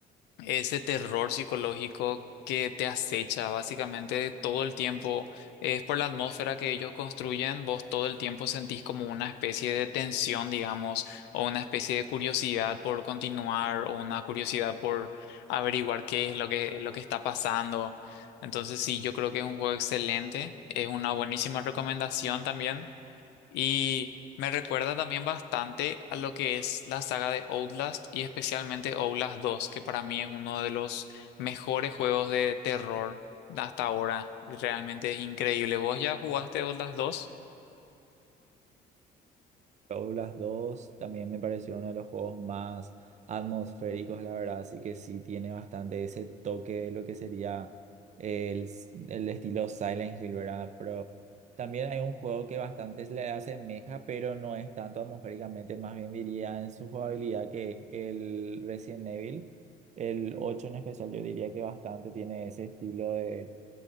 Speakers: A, on the left; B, on the right.
A: ese terror psicológico que te acecha básicamente todo el tiempo. Es por la atmósfera que ellos construyen, vos todo el tiempo sentís como una especie de tensión, digamos, o una especie de curiosidad por continuar, o una curiosidad por averiguar qué es lo que, lo que está pasando. Entonces sí, yo creo que es un juego excelente, es una buenísima recomendación también. Y me recuerda también bastante a lo que es la saga de Outlast y especialmente Outlast dos que para mí es uno de los mejores juegos de terror hasta ahora. Realmente es increíble. ¿Vos ya jugaste Outlast dos
B: Outlast dos también me pareció uno de los juegos más atmosféricos, la verdad, así que sí tiene bastante ese toque de lo que sería el, el estilo Silent Hill, ¿verdad? Pero También hay un juego que bastante se le asemeja, pero no es tanto atmosféricamente, más bien diría en su jugabilidad, que es el Resident Evil. El 8 en especial, yo diría que bastante tiene ese estilo de.